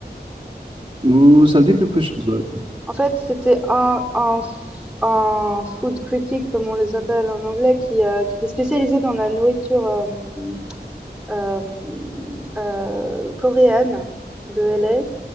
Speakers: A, on the right (about 30°); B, in the centre.
A: Oh, ça me dit quelque chose, ouais.
B: En fait, c'était un un f un food critic comme on les appelle en anglais qui, heu, qui était spécialisé dans la nourriture, hem, hem, heu, coréenne de L. A.